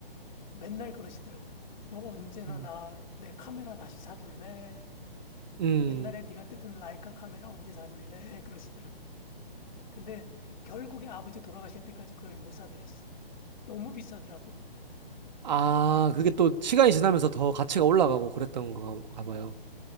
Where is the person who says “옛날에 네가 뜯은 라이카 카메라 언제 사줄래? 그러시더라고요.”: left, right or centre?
Left